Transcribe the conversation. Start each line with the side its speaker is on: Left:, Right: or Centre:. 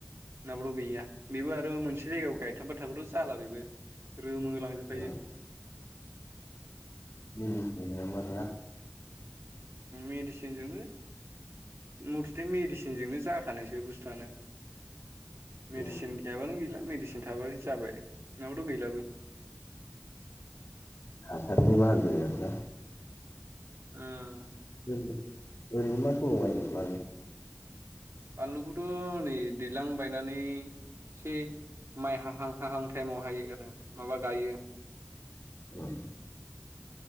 Right: नडा़बाथ' गैया बेबो आरो मोनसे जायगायाव गायथाबाय थाबाथ' जाला बेबो रोमोलां फायो
Left: ओ
Right: <unintelligible>
Left: बिसनि होनांगौ आरो <unintelligible> ना
Right: मेडिसिनजोंनो मथोथे मेडिसिनजोंनो जाखानायसो बुस्थुआनो मेडिसिन
Left: उम
Right: गैयाबानो गैला मेडिसिन थाबानो जाबाय नंडा़बाथाय गैलाबो
Left: हासारनि बाहादोरि आरो ना
Right: <unintelligible> ओम
Left: ओरैनो मा समाव गायो बानलु
Right: बानलुखौथ' नै दैज्लां बायनानै से माइ हाहां हाहां टाइमाव हायो आरो माबा गायो।
Left: उम